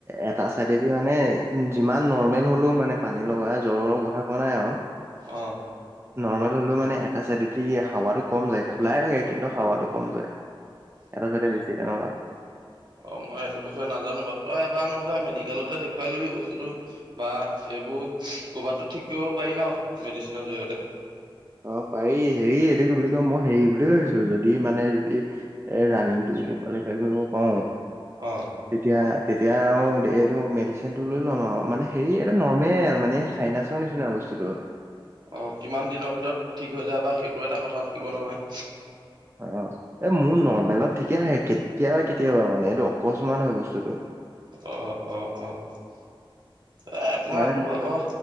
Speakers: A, on the right; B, on the right.
A: এটা চাইডেদি মানে উম যিমান নৰ্মেল হলো মানে পানী লগা জ্বৰৰ কথা কোৱা নাই আও।
B: অঁ।
A: নৰ্মেল হ'লেও মানে এটা চাইডেদি হাৱাতটো কম যায়, খোলাই থাকে কিন্তু হাৱা টো কম যায়। এটা চাইডে
B: অঁ।
A: বেছি তেনেকুৱা।
B: অ মই এইটো বিষয়ে নাজানো বাৰু, তই এবাৰ নহলে মেডিকেলতে দেখুৱাই লবি বস্তুটো। বা এইবোৰ ক'ৰবাততো ঠিক কৰিব পাৰি ন মেডিচিনৰ জড়িয়তে।
A: অঁ পাৰি হেৰি এইটো কি বুলি কয় মই হেৰি বুলি ভাবিছো যদি মানে যদি এই ৰাণিংটো যদি কোৱালিফাই কৰিব পাৰোঁ।
B: অঁ।
A: তেতিয়া তেতিয়া আৰু এইটো মেডিচিনটো লৈ লম আৰু মানে হেৰি এটা নৰ্মেল মানে। চাইনাচৰ নিচিনা বস্তুোটো।
B: অ', কিমান দিনৰ ভিতৰত ঠিক হৈ যায় বা সেইটো এটা কথা থাকিব নহয়।
A: অ', এ মোৰ নৰ্মেলত ঠিকে আহে কেতিয়াবা কেতিয়াবা মানে এইটো অকস্মাত হয় বস্তুটো।
B: অ', অ', অ', এ একো
A: মানে
B: নাই তোৰ ভাগৰ